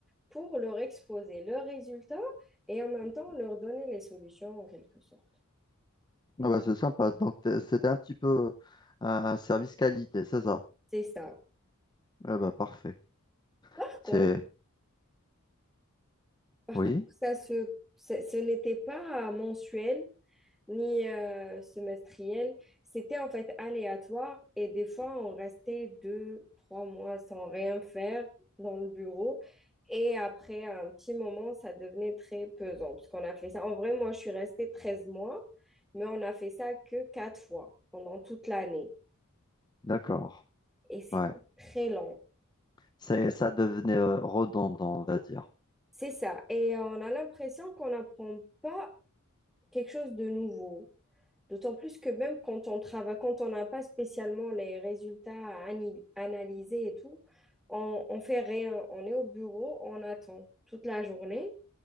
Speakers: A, in the centre; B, on the left (about 20°).
A: pour leur exposer leurs résultats et en même temps leur donner les solutions en quelque sorte.
B: Ah bah, c'est sympa. Donc, t'es- c'était un petit peu euh, un service qualité, c'est ça?
A: C'est ça.
B: Ah bah, parfait.
A: Par contre,
B: C'est,
A: par
B: oui,
A: contre ça se, ce, ce n'était pas mensuel ni euh, semestriel. C'était en fait aléatoire et des fois, on restait deux, trois mois sans rien faire dans le bureau. Et après un petit moment, ça devenait très pesant parce qu'on a fait ça. En vrai, moi, je suis restée 13 mois, mais on a fait ça que quatre fois pendant toute l'année.
B: d'accord.
A: Et c'est
B: Ouais.
A: très long.
B: C'est, ça devenait euh, redondant, on va dire.
A: C'est ça. Et on a l'impression qu'on n'apprend pas quelque chose de nouveau. D'autant plus que même quand on travaille, quand on n'a pas spécialement les résultats à ani- analyser et tout, on, on fait rien. On est au bureau, on attend toute la journée